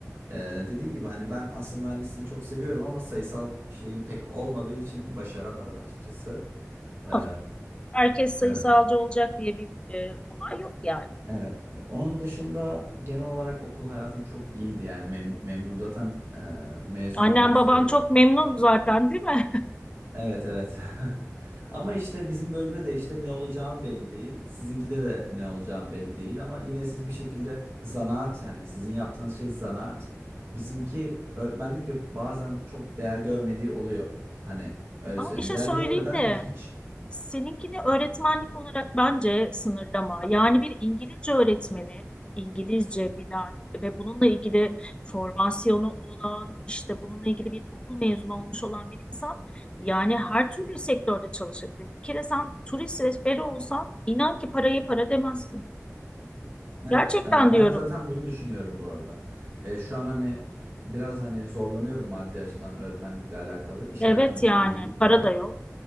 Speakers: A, on the right; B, on the left.
A: e, dediğim gibi hani ben aslında mühendisliği çok seviyorum ama sayısal şeyin pek olmadığı için başaramadım açıkçası. Ee,
B: Olsun. Herkes sayısalcı
A: evet.
B: olacak diye bir e, olay yok yani.
A: Evet. Onun dışında genel olarak okul hayatım çok iyiydi yani mem memnunum. Zaten e, mezun
B: Annen
A: olmak
B: baban
A: üzere
B: çok memnun zaten değil mi?
A: Evet evet. <laughs> Ama işte bizim bölümde de işte ne olacağın belli değil. Sizinkide de ne olacağın belli değil ama yine siz bir şekilde zanaat yani sizin yaptığınız şey zanaat. Bizimki öğretmenlik ve bazen çok değer görmediği oluyor. Hani
B: <laughs>
A: öyle
B: Ama
A: söyleyeyim.
B: bir şey
A: Değer
B: söyleyeyim
A: görmeden
B: de
A: bir hiç.
B: Seninkini öğretmenlik olarak bence sınırlama. Yani bir İngilizce öğretmeni, İngilizce bilen ve bununla ilgili formasyonu olan, işte bununla ilgili bir okul mezunu olmuş olan bir insan, yani her türlü sektörde çalışabilir. Bir kere sen turist rehberi olsan, inan ki parayı para demezsin.
A: Evet,
B: Gerçekten
A: e, ben
B: diyorum.
A: de zaten bunu düşünüyorum bu arada. E, şu an hani biraz hani zorlanıyorum maddi açıdan öğretmenlikle alakalı. İş
B: Evet
A: hayatım pek
B: yani,
A: iyi gitmiyor.
B: para da yok.